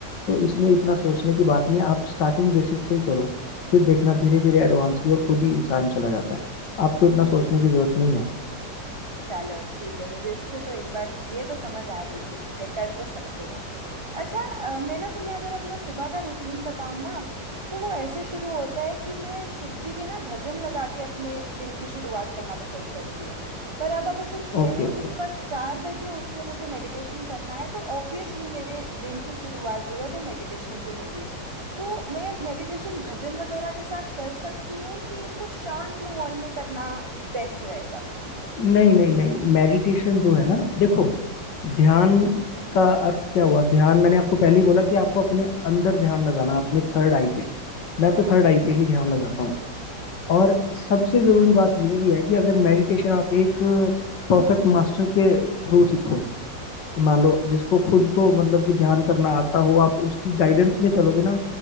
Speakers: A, on the left; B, on the right.
A: तो इसमें इतना सोचने की बात नहीं है आप स्टार्टिंग बेसिक से ही करो फिर देखना धीरे धीरे एडवांस की ओर खुद ही इंसान चला जाता है आपको इतना सोचने की जरूरत नहीं है
B: चलो ठीक है मुझे इससे तो एक बात ये तो समझ आ रही है कि ठीक है कर तो सकते हैं अच्छा अ, मैं ना तुम्हें अगर अपना सुबह का रूटीन बताऊं ना तो वो ऐसे शुरू होता है कि मैं शिव जी के ना भजन लगा के अपने दिन की शुरुआत करना पसंद करती हूँ पर अब अगर तुम कह
A: Okay
B: रहे हो
A: okay
B: कि सुबह चार बजे उठ के मुझे मेडिटेशन करना है तो ऑब्वियसली मेरे दिन की शुरुआत जो है वो मेडिटेशन से होगी तो मैं मेडिटेशन भजन वगैरह के साथ कर सकती हूँ कि इसको शांत माहौल में करना बेस्ट रहेगा मेरे लिए
A: नहीं नहीं नहीं मेडिटेशन जो है ना देखो ध्यान का अर्थ क्या हुआ ध्यान मैंने आपको पहले ही बोला कि आपको अपने अंदर ध्यान लगाना अपने थर्ड आई पे मैं
B: हाँ।
A: तो थर्ड आई पे ही ध्यान लगाता हूँ और सबसे जरूरी बात यह भी है कि अगर मेडिटेशन आप एक परफेक्ट मास्टर के थ्रू सीखो मान लो जिसको खुद को मतलब कि ध्यान करना आता हो आप उसकी गाइडेंस में चलोगे ना